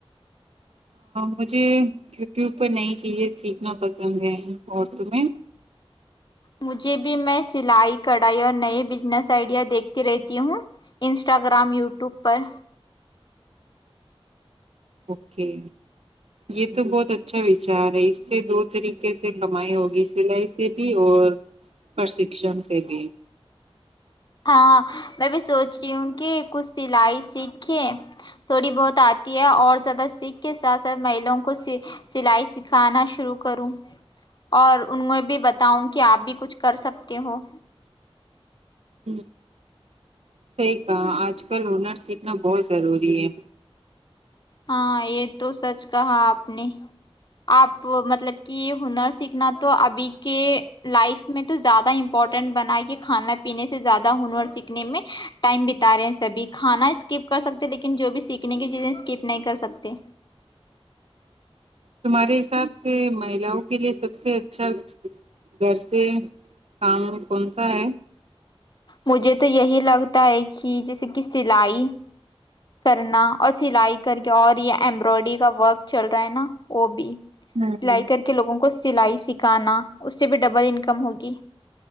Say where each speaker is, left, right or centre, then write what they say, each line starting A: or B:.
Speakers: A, on the right; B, on the left.
A: مجھے یوٹیوب پر نئی چیزیں سیکھنا پسند ہیں ارد میں
B: مجھے بھی میں سلائی کڑھائی اور نئے بزنس آئیڈیا دیکھتی رہتی ہوں انسٹاگرام یوٹیوب پر
A: اوکے یہ تو بہت اچھا وچار ہے اس سے دو طریقے سے کمائی ہوگی سلائی سے بھی اور پرشکشن سے بھی
B: ہاں میں بھی سوچ رہی ہوں کہ کچھ سلائی سیکھ تھوڑی بہت آتی ہے اور زیادہ سیکھ کے ساتھ ساتھ مہیلوںں کو سلائی سکھانا شروع کروں اور ان میں بھی بتاؤں کہ آپ بھی کچھ کر سکتے ہو
A: ہ صحی کہا آج کل انر سیکھنا بہت ضروری ہے
B: ہاں یہ تو سچ کہا آپ نے آپ مطلب کہ یہ ہنر سیکھنا تو ابھی کے لائف میں تو زیادہ امپورٹینٹ بنائی کے کھانا پینے سے زیادہ ہنر سیکھنے میں ٹائم بتا رہے ہیں سبھی کھانا اسکپ کر سکتے لیکن جو بھی سیکھنے کی چیزیں اسکپ نہیں کر سکتے
A: تمہارے حساب سے مہیلاؤں کے لیے سب سے اچھا گھر سے کام کون سا ہے
B: مجھے تو یہی لگتا ہے کہ جیسے کہ سلائی کرنا اور سلائی کر کے اور یہ امبرائڈری کا ورک چل رہا ہے نا وہ بھی
A: ہوں
B: سلائی کر کے لوگوں کو سلائی سکھانا اس سے بھی ڈبل انکم ہوگی